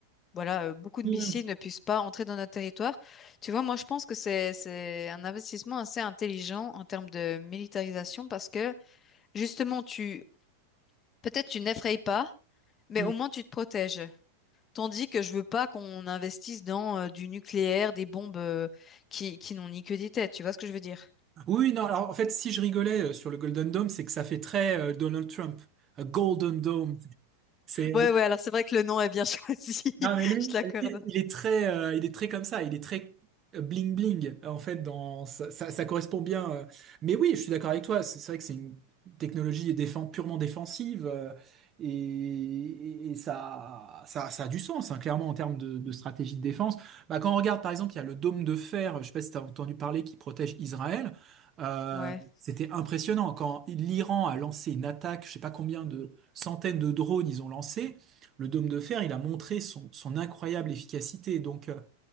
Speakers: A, on the left; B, on the right.
A: voilà, euh, beaucoup de
B: Mm.
A: missiles ne puissent pas entrer dans notre territoire. Tu vois, moi, je pense que c'est, c'est un investissement assez intelligent en termes de militarisation parce que Justement, tu peut-être tu n'effraies pas, mais
B: Mm.
A: au moins tu te protèges. Tandis que je veux pas qu'on investisse dans euh, du nucléaire, des bombes euh, qui, qui n'ont ni queue ni tête. Tu vois ce que je veux dire?
B: Oui, non, alors en fait, si je rigolais euh, sur le Golden Dome, c'est que ça fait très euh, Donald Trump. A Golden Dome. C'est
A: Ouais, ouais. Alors c'est vrai que le nom est bien <laughs> choisi.
B: Non, mais lui, lui,
A: Je te l'accorde.
B: il est très, euh, il est très comme ça, il est très euh, bling bling en fait. Dans ça, ça, ça correspond bien. euh. Mais oui, je suis d'accord avec toi. C'est c'est vrai que c'est une technologie défend, purement défensive euh, et, et- et ça, ça, ça a du sens hein, clairement en termes de, de stratégie de défense. Bah, quand on regarde par exemple, il y a le dôme de fer. Je sais pas si tu as entendu parler qui protège Israël. Euh,
A: Ouais.
B: c'était impressionnant quand l'Iran a lancé une attaque. Je sais pas combien de centaines de drones ils ont lancé. Le dôme de fer, il a montré son, son incroyable efficacité. Donc, euh,